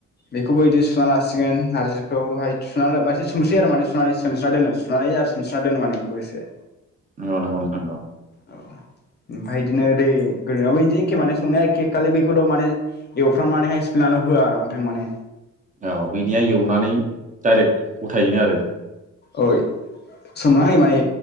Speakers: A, on the left; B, on the right.
A: बेखौबो बिदि सुना लासिगोन नारजिखौहाय सोमस्रियो आरो माने सुनानै सोमसना दोनो सुनानै <unintelligible> रो सोमस्रा दोनो माने बेखौ एसे
B: नंगौ नंगौ नोंथां नंगौ।
A: औ ओमफ्राय बिदिनो दै गोदोबा बैदि एखे मानि संनाया एखे खालि बैखौल' माने एवफ्रामनानैहाय सिफ्लिनानैल' हो आरो नोंथां माने
B: औ बैनिया एवनानै डाइरेक्ट गथायैनो आरो
A: औ सोमनाहाय माने